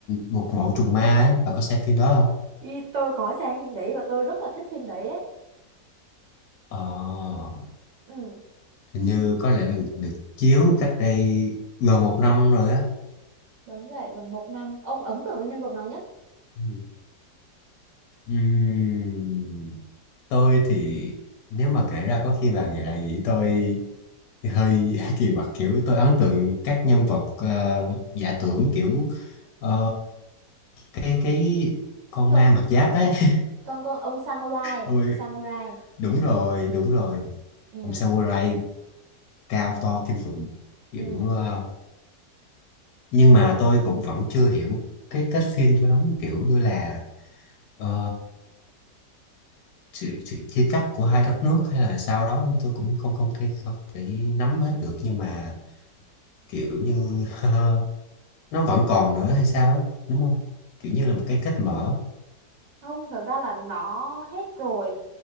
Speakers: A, on the left (about 80°); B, on the right (about 85°).
A: một mẫu trùng ma ấy, bà có xem phim đó không
B: Ý, tôi có xem phim đấy và tôi rất là thích phim đấy đấy.
A: Ờ,
B: Ừ,
A: hình như có lẽ là được, được chiếu cách đây gần một năm rồi á
B: đúng vậy, gần một năm. Ông ấn tượng với nhân vật nào nhất?
A: Ừ. Ừm, tôi thì nếu mà kể ra có khi bà nghĩ lại nghĩ tôi hơi <laughs> kỳ quặc kiểu tôi ấn tượng các nhân vật ờ, giả tưởng kiểu ờ, cái cái con
B: Cái
A: ma
B: ông,
A: mặc giáp ấy <laughs>
B: con con ông Samurai,
A: Ôi,
B: Samurai.
A: đúng rồi đúng rồi
B: Ừ.
A: ông samurai cao to kinh khủng kiểu
B: Ừ.
A: ờ, nhưng mà tôi cũng vẫn chưa hiểu cái kết phim cho lắm kiểu như là ờ, sự, sự chia cắt của hai đất nước hay là sao đó tôi cũng không không thể không thể nắm hết được nhưng mà kiểu như <laughs> nó vẫn còn nữa hay sao ấy đúng không kiểu như là một cái kết mở
B: Không, thực ra là nó hết rồi.